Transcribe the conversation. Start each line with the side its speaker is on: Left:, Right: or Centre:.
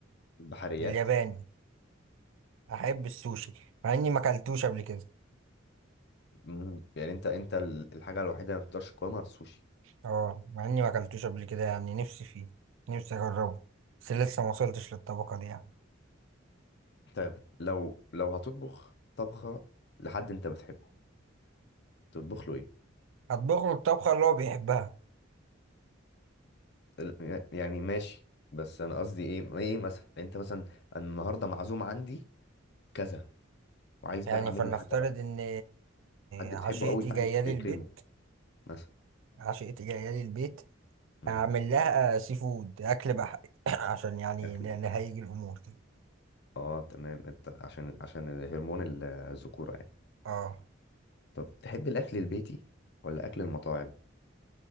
Left: البحريات
Right: الياباني احب السوشي مع اني ما اكلتوش قبل كده
Left: مم. يعني انت انت ال- الحاجه الوحيده اللي ما تقدرش تقاومها السوشي
Right: اه مع اني ما اكلتوش قبل كده يعني نفسي فيه نفسي اجربه بس لسه ما وصلتش للطبقه دي يعني
Left: طيب لو لو هتطبخ طبخه لحد انت بتحبه تطبخ له ايه
Right: اطبخ له الطبخه اللي هو بيحبها
Left: ال- يعني ماشي بس انا قصدي ايه ايه مثلا انت مثلا أنا النهارده معزوم عندي كذا وعايز
Right: يعني
Left: بقى اعمل
Right: فلنفترض
Left: له حاجه بقى
Right: ان
Left: حد
Right: عشيقتي
Left: بتحبه قوي فعايز
Right: جايه لي
Left: تكرمه
Right: البيت
Left: مثلا
Right: عشقتي جاية لي البيت
Left: مم.
Right: هعمل لها آه، سي فود أكل بحري <coughs> <clears throat> عشان يعني
Left: اكل
Right: ن-
Left: بقى
Right: نهيج الأمور
Left: اه تمام انت عشان عشان هرمون الذكوره يعني
Right: اه
Left: طب تحب الاكل البيتي ولا اكل المطاعم